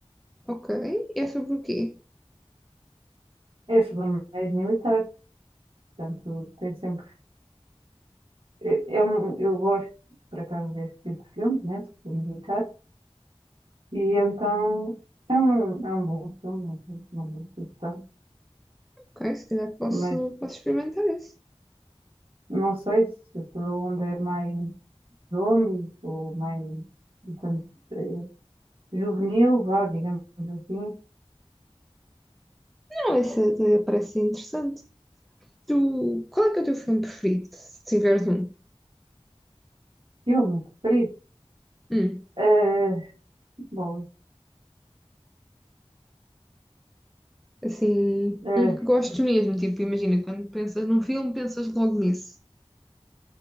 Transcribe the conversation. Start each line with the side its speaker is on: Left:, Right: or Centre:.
Centre: Ok, é sobre o quê?
Right: É sobre um ex militar. Portanto, tem sempre. É, é um, eu gosto, por acaso, desse tipo de filmes, né? De filmes militares. E então, é um, é um bom filme, uma boa questão.
Centre: Ok, se calhar posso,
Right: Mas
Centre: posso experimentar esse.
Right: não sei se aquilo onde é mais zombies ou mais. portanto, eh, juvenil, vá, digamos assim.
Centre: Não, esse até parece interessante. Tu, qual é que é o teu filme preferido, se tiveres um?
Right: Filme preferido?
Centre: Hum,
Right: Eh, bom,
Centre: assim,
Right: eh,
Centre: um que gostes mesmo. Tipo, imagina, quando pensas num filme, pensas logo nesse.